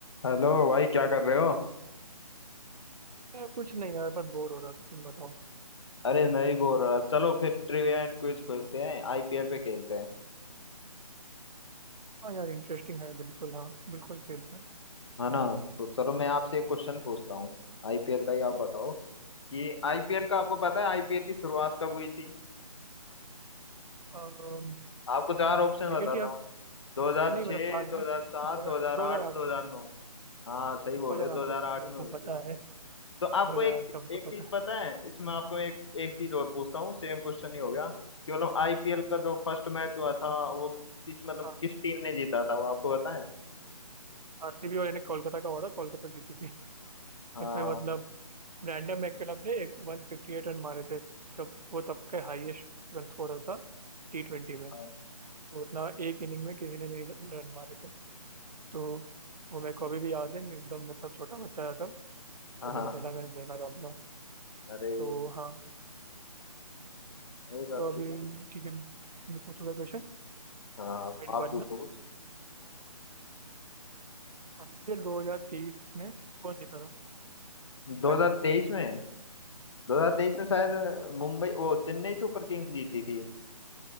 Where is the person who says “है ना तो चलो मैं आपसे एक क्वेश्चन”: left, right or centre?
Left